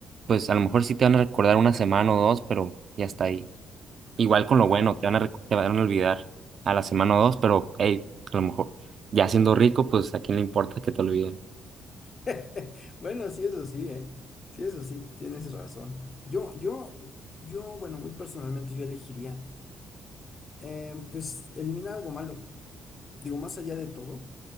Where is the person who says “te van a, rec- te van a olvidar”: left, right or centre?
Right